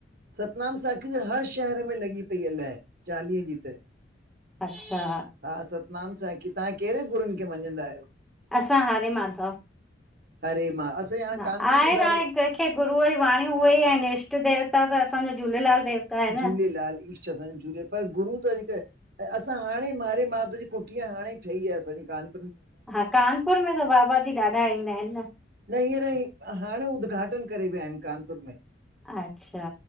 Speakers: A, on the right; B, in the centre.
A: सतनाम साखी जी हर शहर में लॻी पई आ लय, चालीहे जी त।
B: अच्छा
A: हा सतनाम साखी तां कहिरे गुरूनि खे मञंदा आहियो।
B: असां हरे माधव
A: हरे मां, असीं हाणे
B: हा
A: कानपुर
B: आहे
A: में
B: त
A: दर
B: हाणे कंहिंखे गुरूअ जी वाणी उहेई आहिनि इष्ट देवता त असांजा झूलेलाल देवता आहिनि
A: झूलेलाल
B: न
A: इष्ट असांजो झूलेलाल पर गुरू त हिकु ऐं असां हाणे हरे माधव जी कुटिया हाणे ठही आ असांजी कान
B: हा कानपुर में त बाबा जी ॾाढा ईंदा आहिनि न।
A: न हींअर ई हाणे उद्घाटन करे विया आहिनि कानपुर में।
B: अच्छा